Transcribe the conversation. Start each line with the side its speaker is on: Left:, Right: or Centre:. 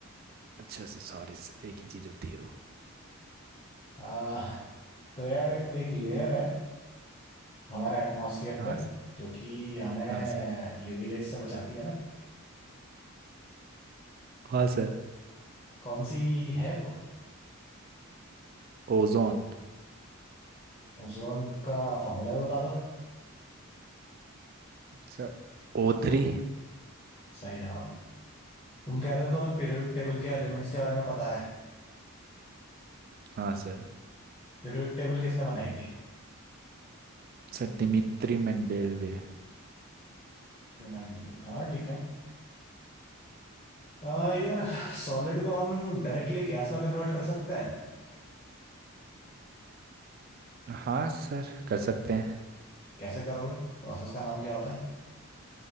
Right: अच्छा सर सॉरी सर एक ही चीज होती है वो
Left: आ, तो यार एक लेयर है हमारा एटमॉस्फेयर
Right: हाँ
Left: पे
Right: सर
Left: जो कि हमें
Right: हाँ सर
Left: यूवी रेस से बचाती है ना
Right: हाँ सर
Left: कौन सी है वो
Right: ओजोन
Left: ओजोन का फॉर्मूला भी बता दो
Right: Sir ओ थ्री
Left: सही जवाब तुम कह रहे थे तुम्हें पीरियोडिक टेबल के एलिमेंट्स के बारे में पता है
Right: हाँ सर
Left: पीरियोडिक टेबल किसने बनाई थी
Right: Sir Dmitri Mendeleev
Left: Remind me. हाँ ठीक है आ, यार सॉलिड को हम डायरेक्टली गैस में कन्वर्ट कर सकते हैं
Right: हाँ सर कर सकते हैं
Left: कैसे करोगे प्रोसेस का नाम क्या होता है